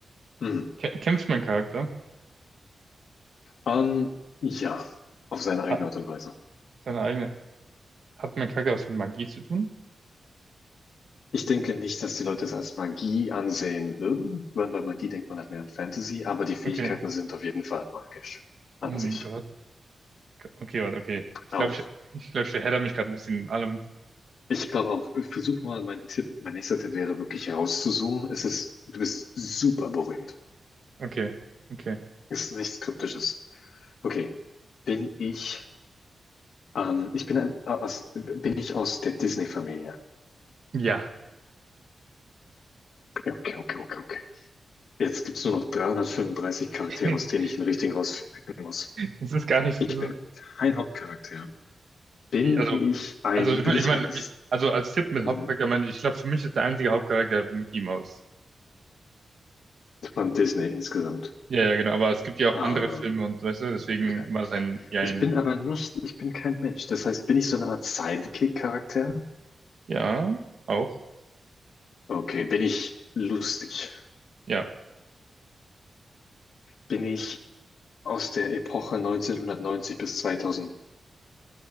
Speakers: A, on the left (about 75°); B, on the right (about 55°).
A: Hm.
B: Kä- Kämpft mein Charakter?
A: Ähm, ja, auf seine
B: Hat
A: eigene Art und Weise.
B: seine eigene. Hat mein Charakter was mit Magie zu tun?
A: Ich denke nicht, dass die Leute es als Magie ansehen würden, weil bei Magie denkt man halt mehr an Fantasy, aber die Fähigkeiten
B: Okay.
A: sind auf jeden Fall magisch an
B: Oh mein
A: sich.
B: Gott. Okay, warte, okay. Ich
A: Auch.
B: glaube, ich, ich glaube, ich verhedder mich gerade ein bisschen in allem.
A: Ich glaube auch, ich versuch mal, mein Tipp, mein nächster Tipp wäre wirklich herauszuzoomen. Es ist, du bist super berühmt.
B: Okay, okay.
A: Es ist nichts Kryptisches. Okay. Bin ich, ähm, ich bin ein, äh, aus, bin ich aus der Disney-Familie?
B: Ja.
A: Okay, okay, okay, okay, okay. Jetzt gibt's nur noch 335 Charaktere,
B: <laughs>
A: aus denen ich den richtigen rauspicken muss.
B: Es ist gar nicht.
A: Ich
B: Es ist,
A: bin kein Hauptcharakter. Bin
B: also,
A: ich ein,
B: also ich
A: bin
B: meine,
A: ich
B: ich mein,
A: eines
B: also als Tipp mit
A: Mhm.
B: Hauptcharakter meine ich, ich glaube, für mich ist der einzige Hauptcharakter Mickey Mouse.
A: von Disney insgesamt?
B: Ja, ja, genau, aber es gibt ja auch
A: Ähm,
B: andere Filme und weißt du, deswegen
A: okay.
B: war das ein, ja,
A: Ich
B: ein,
A: bin aber nicht, ich bin kein Mensch. Das heißt, bin ich so eine Art Sidekick-Charakter?
B: ja, auch,
A: Okay, bin ich lustig?
B: ja,
A: Bin ich aus der Epoche 1990 bis 2010?